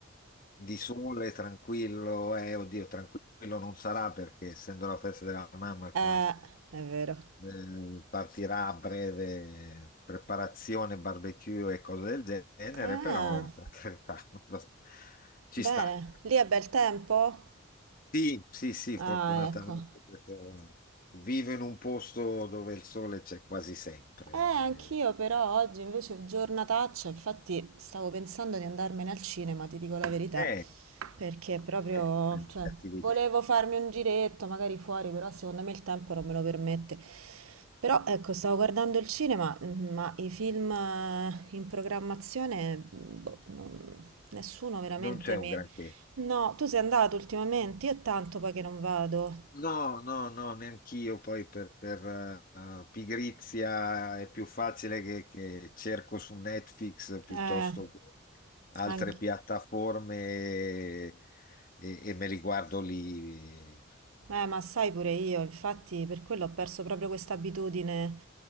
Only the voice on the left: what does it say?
di sole, tranquillo, eh, oddio, tranquillo non sarà perché essendo la festa della mamma
qua
eh, partirà a breve preparazione, barbecue e cose del genere,
però per carità <laughs> ci
sta.
Sì, sì, sì,
fortunatamente
questo- vivo in un posto dove il sole c'è quasi sempre.
Eh,
Eh, non è una
cattiva
idea.
Non c'è
un granché.
No, no, no, neanch'io. Poi per, per, eh, pigrizia è più facile che, che cerco su Netflix piuttosto
che altre
piattaforme e, e me li guardo lì.